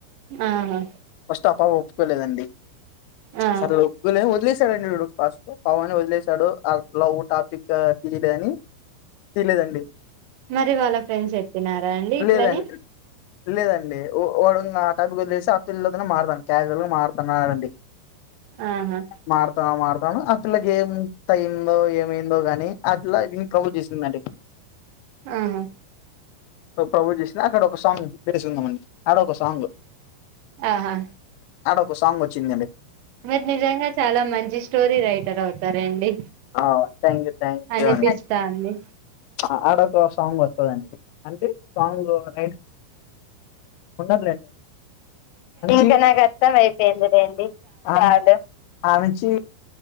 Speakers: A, on the right; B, on the left.
A: ఆహా
B: ఫస్ట్ ఆపాప్ ప్పుకోలేదండి
A: ఆ
B: సరలే ఒప్పుకోలేద్ నొదిలేసాడండి వీడు ఫస్ట్లో పవను వదిలేశాడు. ఆ లవ్ టాపిక్ తీయలేదని తీలేదండి.
A: మరి వాళ్ళ ఫ్రెండ్స్ ఎత్తినారా అండి ఇట్లని
B: లేదండి లేదండి వో వోడు ఆ టాపిక్ వదిలేసి ఆ పిల్లతోనే మార్తాను క్యాజుల్ గా మారతానండి
A: ఆహా
B: మారతా మారత ను ఆ పిల్లకి ఏం తయందో ఏమైందో గాని ఆ పిల్ల వీనికి ప్రపోజ్ చేసిందండి
A: ఆహా
B: ప్రపోజ్ చేసింది అక్కడ ఒక సాంగ్ తెసుకుందాంమండి ఆడ ఒక సాంగ్
A: ఆహా
B: అడ ఒక సాంగ్ వ వచ్చిందండి
A: మీరు నిజంగా చాలా మంచి స్టోరీ రైట్ ర్ అవుతారండి
B: అఓ థ్యాంక్ యూ థ్యాంక్
A: అనిపిస్తాంది
B: యూ అండి అ ఆడ సాంగ్ వస్తుందండి అంటే సాంగ్ నైట్ ఉండట్లేండి ఇంకా నాకు అర్థం అయిపోయింది లేండి చాలు అమెచ్చి